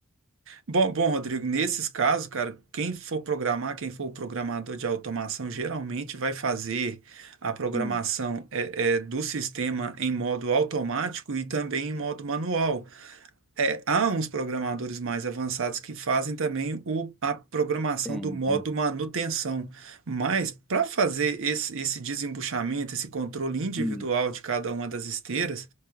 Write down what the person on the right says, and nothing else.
Bom, bom, Rodrigo, nesses casos, cara, quem for programar, quem for o programador de automação, geralmente vai fazer a programação
é, é, do sistema em modo automático e também em modo manual. é, há uns programadores mais avançados que fazem também o- a programação
do modo manutenção, mas para fazer esse, esse desembuchamento, esse controle individual
de cada uma das esteiras,